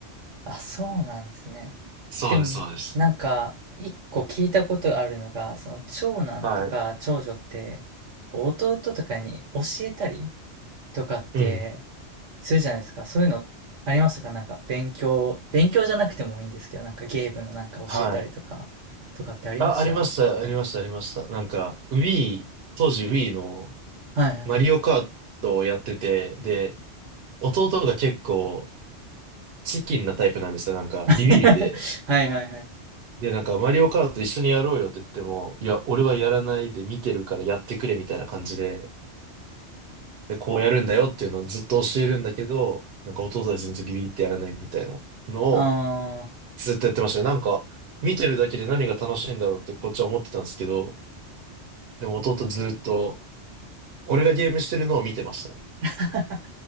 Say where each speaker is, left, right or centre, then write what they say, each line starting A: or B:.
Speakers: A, on the right (about 80°); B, on the right (about 65°).
A: あ、そうなんですね。
B: そうです、
A: でも、
B: そうです。
A: なんか、一個聞いたことあるのが、その長男とか長女って、
B: はい。
A: こう弟とかに教えたりとかって
B: うん。
A: するじゃないですか。そういうのありましたかなんか勉強、勉強じゃなくてもいいんですけど、なんかゲームのなんか教えたりとか、
B: はい。
A: とかってありました
B: あ、ありました、ありました、ありました。なんか、Wii、当時 Wii の
A: はいはい。
B: マリオカートをやってて、で、弟が結構チキンなタイプなんですよ。なんか、
A: <laughs>
B: ビビリで。
A: はいはいはい。
B: で、なんか、マリオカート一緒にやろうよって言っても、いや、俺はやらないで見てるからやってくれみたいな感じで、で、こうやるんだよっていうのをずっと教えるんだけど、なんか弟は全然ビビってやらないみたいなのを
A: あー
B: ずっとやってましたね。なんか、見てるだけで何が楽しいんだろうってこっちは思ってたんですけど、でも弟ずっと、俺がゲームしてるのを見てましたね。
A: <laughs>